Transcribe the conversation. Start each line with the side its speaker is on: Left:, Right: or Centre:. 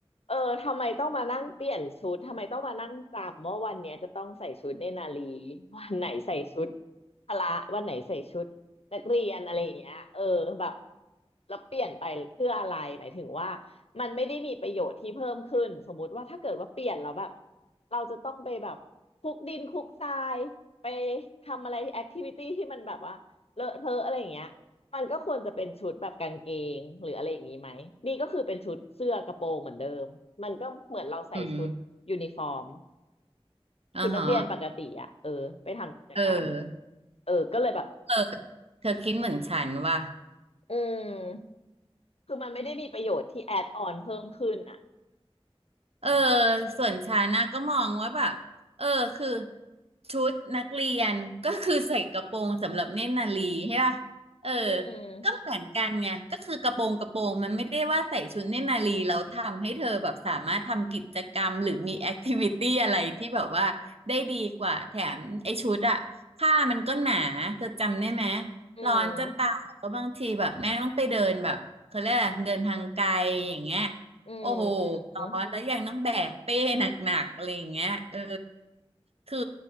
Left: เออทำไมต้องมานั่งเปลี่ยนชุดทำไมต้องมานั่งจำว่าวันเนี้ยจะต้องใส่ชุดเนตรนารีวันไหนใส่ชุดพละวันไหนใส่ชุดนักเรียนอะไรอย่างเงี้ยเออแบบแล้วเปลี่ยนไปเพื่ออะไรหมายถึงว่า มันไม่ได้มีประโยชน์ที่เพิ่มขึ้นสมมุติว่าถ้าเกิดว่าเปลี่ยนแล้วแบบเราจะต้องไปแบบคลุกดินคลุกทรายไปทำอะไรแอคทิวิตี้ที่มันแบบว่าเลอะเทอะอะไรอย่างเงี้ยมันก็ควรจะเป็นชุดแบบกางเกงหรืออะไรอย่างนี้ไหมนี่ก็คือเป็นชุดเสื้อกระโปรงเหมือนเดิมมันก็เหมือนเราใส่ชุดยูนิฟอร์ม
Right: อืมอ๋อฮะ
Left: ชุดนักเรียนปกติอ่ะเออไปทำกิจกรรม
Right: เออ
Left: เออก็เลยแบบ
Right: เออเธอคิดเหมือนฉันว่ะ
Left: อืมคือมันไม่ได้มีประโยชน์ที่แอดออนเพิ่มขึ้นอ่ะ
Right: เออส่วนฉันนะก็มองว่าแบบเออคือชุดนักเรียนก็คือใส่กระโปรงสำหรับเน่นนารีใช่ป่ะเออ
Left: อืม
Right: ก็เหมือนกันไงก็คือกระโปรงกระโปรงมันไม่ได้ว่าใส่ชุดเน่นนารีแล้วทำให้เธอแบบสามารถทำกิจกรรมหรือมีแอคทิวิตี้อะไรที่แบบว่าได้ดีกว่าแถมไอ้ชุดอะผ้ามันก็หนาเธอจำได้ไหม
Left: อืม
Right: ร้อนจะตายแล้วบางทีแบบแม่ต้องไปเดินแบบเขาเรียกอะไรเดินทางไกลอย่างเงี้ย
Left: อืมอืมอืม
Right: โอ้โหร้อนแล้วยังต้องแบกเป้หนักๆอะไรอย่างเงี้ยเออคือ